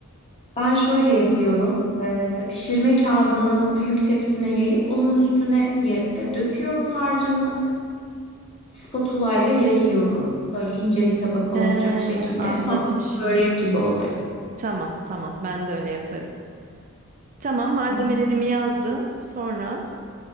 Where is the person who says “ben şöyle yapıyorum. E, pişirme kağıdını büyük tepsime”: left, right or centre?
Left